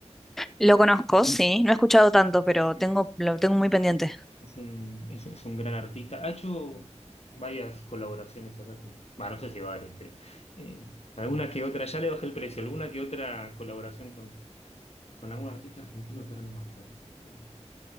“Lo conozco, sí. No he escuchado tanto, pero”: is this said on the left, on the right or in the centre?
Centre